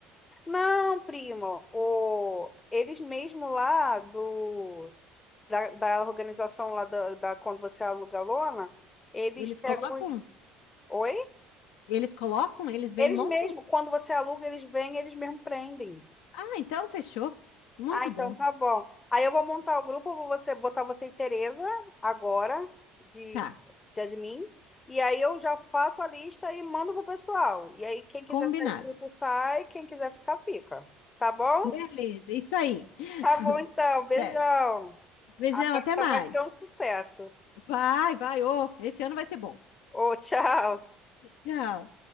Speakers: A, on the left (about 25°); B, on the left (about 65°).
A: Não, primo, o... eles mesmo lá do... da, da organização lá da, da- quando você aluga a lona, eles
B: Eles
A: pegam.
B: colocam,
A: Oi?
B: eles colocam, eles vêm,
A: Eles
B: montam.
A: mesmo, quando você aluga, eles vêm, eles mesmo prendem.
B: Ah, então fechou. Muito
A: Ah, então
B: bom.
A: tá bom. Aí eu vou montar o grupo, eu vou você, botar você e Tereza agora de,
B: Tá,
A: de admin. E aí eu já faço a lista e mando pro pessoal. E aí quem quiser
B: combinado.
A: sair do grupo sai, quem quiser ficar, fica. Tá bom?
B: Beleza, isso aí. <laughs>
A: Tá bom então,
B: Tudo certo.
A: beijão.
B: Beijão,
A: A festa
B: até mais.
A: vai ser um sucesso.
B: Vai, vai, ô, esse ano vai ser bom.
A: Ô, tchau.
B: Tchau.